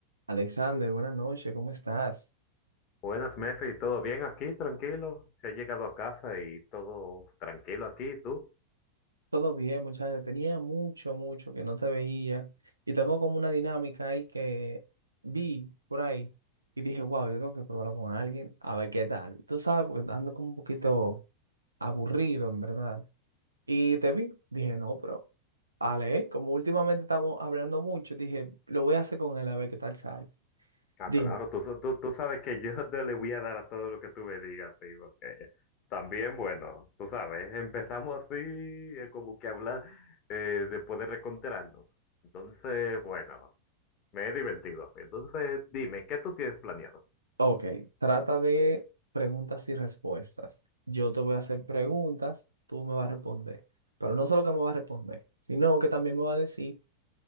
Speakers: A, on the right; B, on the left.
A: Alexander, buenas noches, ¿cómo estás?
B: Buenas, Mefi, ¿todo bien aquí? Tranquilo. He llegado a casa y todo tranquilo aquí, ¿tú?
A: Todo bien, muchachos. Tenía mucho, mucho que no te veía. Y tengo como una dinámica ahí que vi por ahí y dije, wow, yo tengo que probarlo con alguien, a ver qué tal. Tú sabes, porque ando como un poquito aburrido, en verdad. Y te vi, dije, no, pero, Ale, como últimamente estamos hablando mucho, dije, lo voy a hacer con él, a ver qué tal sale.
B: Ah,
A: Dime.
B: claro, tú, tú, tú sabes que yo <laughs> te le voy a dar a todo lo que tú me digas, sí, porque también, bueno, tú sabes, empezamos así, eh, como que hablar eh, después de reencontrarnos. Entonces, bueno, me he divertido así. Entonces, dime, ¿qué tú tienes planeado?
A: Ok, trata de preguntas y respuestas. Yo te voy a hacer preguntas, tú me vas a responder. Pero no solo que me vas a responder, sino que también me vas a decir